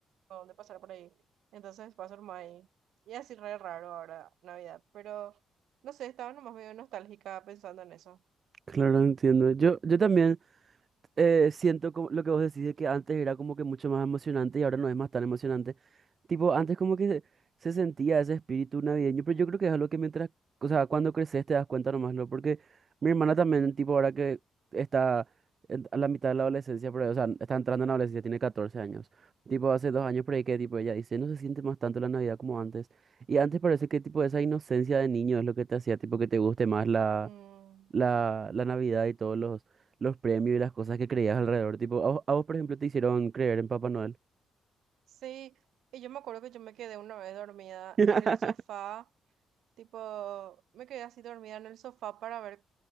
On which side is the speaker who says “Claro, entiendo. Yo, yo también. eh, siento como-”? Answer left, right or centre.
Right